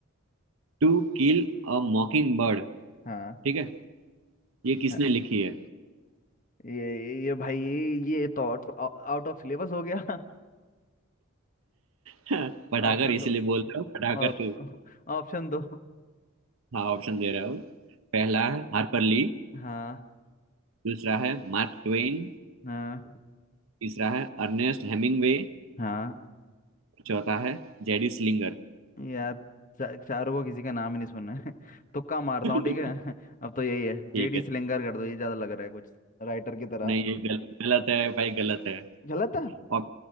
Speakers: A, on the right (about 70°); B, on the left (about 40°).
A: To kill a mockingbird
B: हाँ
A: ठीक है ये किसने
B: हाँ
A: लिखी है
B: ये ये भाई ये तो आउट ऑफ सिलेबस हो गया
A: <laughs> पढ़ाकर
B: <laughs> ऑप्शन
A: इसीलिए
B: दो
A: बोल रहा हूँ पढ़ाकर
B: ऑप्शन
A: तू
B: ऑप्शन दो
A: हाँ ऑप्शन दे रहा हूँ पहला है हार्पर ली
B: हाँ
A: दूसरा है मार्क ट्वेन
B: हाँ
A: तीसरा है अर्नेस्ट हेमिंग्वे
B: हाँ
A: चौथा है जेडी स्लिंगर
B: यार शा- शाहरुख को किसी का नाम ही नहीं सुनना है <laughs> तुक्का मारता
A: <laughs>
B: हूँ ठीक है <laughs> अब तो यही है जेडी
A: ठीक है
B: सिलिंगर कर दो ये ज्यादा लग रहा है कुछ राइटर की तरह
A: नहीं ये गल, गलत है भाई गलत है
B: गलत है
A: और